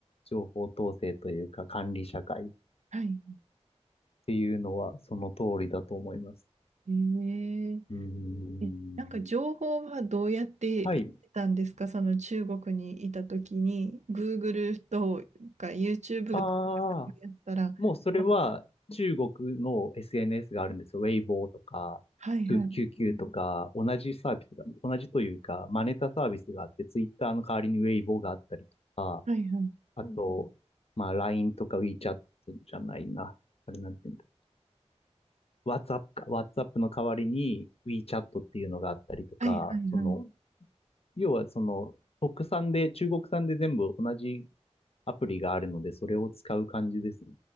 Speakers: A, on the left; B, on the right.
A: 情報統制というか管理社会っ
B: はい。
A: ていうのはその通りだと思います。
B: ええ
A: うーん。
B: えなんか情報はどうやって得たんですかその中国にいた時に
A: はい。
B: Google とか YouTube
A: ああ。
B: とかやったらあ
A: もうそれは中国の SNS があるんですよ。ウェイボーとか、
B: はいはい
A: きゅう QQ とか、同じサービスが、同じというか、真似たサービスがあって、ツイッターの代わりにウェイボーがあったりとか、
B: はいはい
A: あと、まあ LINE とか WeChat じゃないな。あれなんて言うんだ。WhatsApp か。WhatsApp の代わりに WeChat っていうのがあったりとか、
B: はいはいはい
A: その、要はその、国産で、中国産で全部同じアプリがあるので、それを使う感じですね。